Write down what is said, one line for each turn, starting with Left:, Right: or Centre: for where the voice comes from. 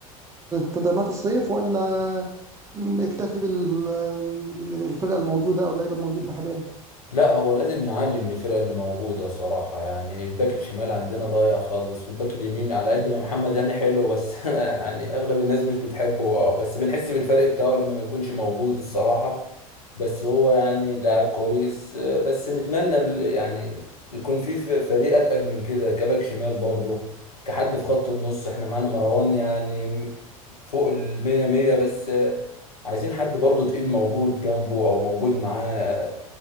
Right: تدعيمات الصيف ولا يكتفي بال- بالفرقه الموجوده او اللعيبه الموجوده حاليا
Left: لا هو لازم نعلي من الفرق اللي موجودة صراحة يعني الباك الشمال عندنا ضايع خالص والباك اليمين على قد ما محمد هاني حلو بس <laughs> يعني أغلب الناس مش بتحبه آه، بس بنحس بالفرق بتاعه لما ما يكونش موجود الصراحة بس هو يعني لاعب كويس آه، بس نتمنى ال- يعني يكون في ف- فريق أتقل من كده كباك شمال برضه كحد في خط النص احنا معانا مروان يعني فوق المية مية بس آه، عايزين حد برضه تقيل موجود جنبه او موجود معاه